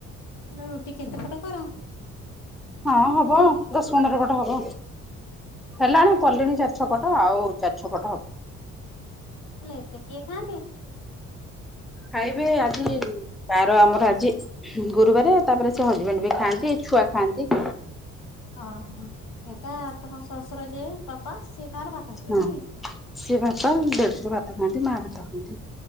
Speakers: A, on the left; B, in the centre.
A: ଏନା ରୁଟି କେତେ ପଟ କର?
B: ହଁ ହବ ଦଶ ପନ୍ଦର ପଟ ହବ
A: କେତେ
B: ହେଲାଣି କଲିଣି ଚା ଛପଟ ଆଉ ଚାରିଛପଟ ହବ।
A: ହେଲେ ଏତେ କିଏ ଖାଆନ୍ତି।
B: ଖାଇବେ ଆଜି ତାର ଆମର ଆଜି ଗୁରୁବାରେ ତାପରେ ସେ ହଜବେଣ୍ଡ ବି ଖାଆନ୍ତି ଛୁଆ ଖାଆନ୍ତି।
A: ଓହୋ ହେଟା ତମ ଶଶୁର ଯେ ବାପା ସିଏ ତାଙ୍କର ଭାତ ଖାଇବେ
B: ହଁ
A: ନାଇଁ
B: ସେ ଭାତ
A: କି ହୁଁ
B: ଦେଢଶୂର ଭାତ ଖାଆନ୍ତି ମା ଭାତ ଖାଆନ୍ତି।